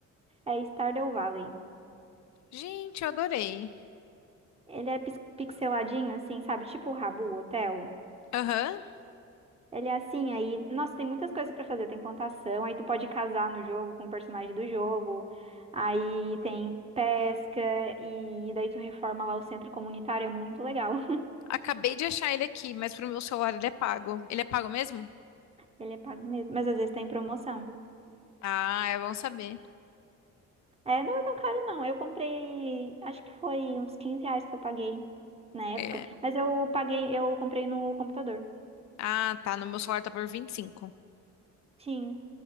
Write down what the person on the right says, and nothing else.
É Stardew Valley.
Ele é pis- pixeladinho, assim, sabe? Tipo o Rabu Hotel.
Ele é assim, aí, nossa, tem muitas coisas pra fazer. Tem plantação, aí tu pode casar no jogo com o personagem do jogo. Aí tem pesca e daí tu reforma lá o centro comunitário, é muito legal. <laughs>
Ele é pago mesmo, mas às vezes tem promoção.
É, não é tão caro não. Eu comprei, acho que foi uns 15 reais que eu paguei na época,
mas eu paguei, eu comprei no computador.
Sim.